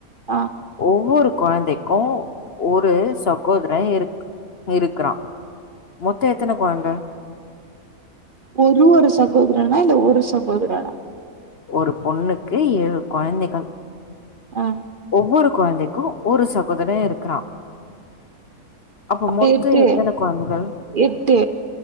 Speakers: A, on the right; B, on the left.
A: ஆ
B: ஒவ்வொரு கொழந்தைக்கு ஒரு சகோதரே இருக் இருக்றா மொத்த எத்தன கொழந்த
A: ஒரு ஒரு சகோதரனா இல்ல ஒரு சகோதரனா
B: ஒரு பொண்ணுக்கு ஏழு கொழந்தைகள்
A: ஆ
B: ஒவ்வொரு கொழந்தைக்கு ஒரு சகோதரே இருக்றா அப்போ
A: அப்ப
B: மொத்த
A: எட்டு
B: எத்தன கொழந்தைகள்
A: எட்டு